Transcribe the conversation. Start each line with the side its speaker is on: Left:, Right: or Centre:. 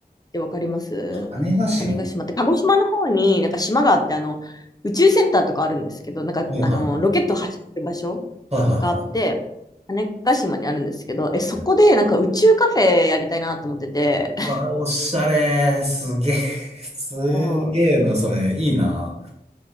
Left: てわかります種子島って、
Right: 種子島。
Left: 鹿児島の方になんか島があって、あの、宇宙センターとかあるんですけど、なんか、
Right: はいはいはい。
Left: あの、ロケット発射する場所
Right: はいはいはいは
Left: があって、種子島にあるんですけど、え、そこでなんか宇宙カフェやりたいなと思ってて、
Right: い。ね
Left: <laughs>
Right: うわ、おしゃれ。すげえ。<laughs> すげえな、
Left: そう
Right: それ。いいな。